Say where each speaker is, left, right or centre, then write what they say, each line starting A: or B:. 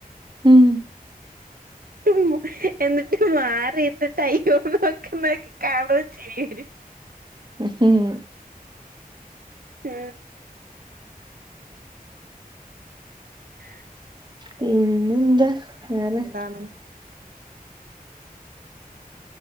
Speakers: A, on the right; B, on the right.
A: ഉം
B: ഉം എന്നിട്ട് മാറിത് ട്ടയ്യോ നോക്ക് നോക്ക് ക്കാണുമ്പോ ചിരി വരും.
A: ഉ ഹും
B: ആ നാ അച്ചി
A: പിന്നെന്താ വേറെ
B: ന്താണ്